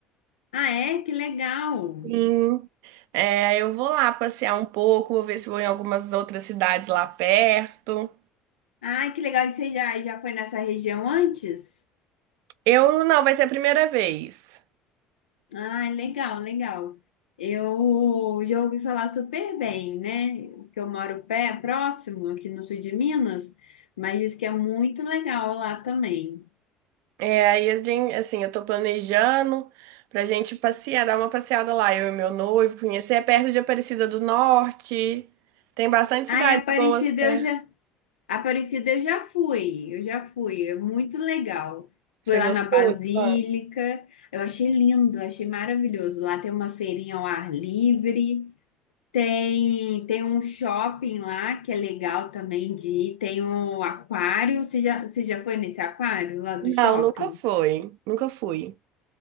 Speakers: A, on the left; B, on the right.
A: Ah, é? Que legal.
B: Sim, é, eu vou lá passear um pouco, vou ver se vou em algumas outras cidades lá perto.
A: Ah, que legal. E você já, já foi nessa região antes?
B: Eu não, vai ser a primeira vez.
A: Ah, legal, legal. Eu já ouvi falar super bem, né? Que eu moro pé, próximo, aqui no sul de Minas, mas diz que é muito legal lá também.
B: É, aí a gente, assim, eu tô planejando pra gente passear, dar uma passeada lá, eu e meu noivo, conhecer, é perto de Aparecida do Norte. Tem bastante
A: Ah,
B: cidades
A: é Aparecida,
B: boas perto.
A: eu já. Aparecida eu já fui, eu já fui, é muito legal.
B: Você
A: Fui lá
B: gostou?
A: na Basílica,
B: de lá?
A: eu achei lindo, achei maravilhoso. Lá tem uma feirinha ao ar livre, tem tem um shopping lá que é legal também de ir, tem um aquário. Você já, você já foi nesse aquário lá do
B: Não,
A: shopping?
B: nunca foi. Nunca fui.